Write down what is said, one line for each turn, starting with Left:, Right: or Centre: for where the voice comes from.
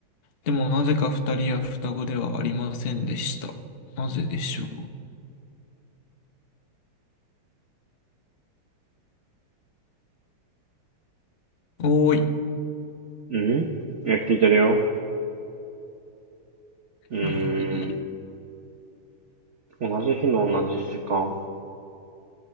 Left: でもなぜか二人は双子ではありませんでした。なぜでしょう。おーい。
Right: うんいや、聞いてるよ。うーん。
Left: なんかいい。
Right: 同じ日の同じ時間